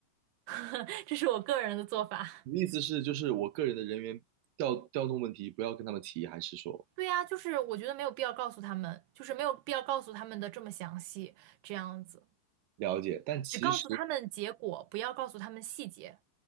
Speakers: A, on the right; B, on the right.
A: <laughs> 这是我个人的做法。<laughs>
B: 你的意思是就是我个人的人员调调动问题不要跟他们提，还是说
A: 对呀，就是我觉得没有必要告诉他们，就是没有必要告诉他们的这么详细，这样子，
B: 了解？但其实。
A: 只告诉他们结果，不要告诉他们细节。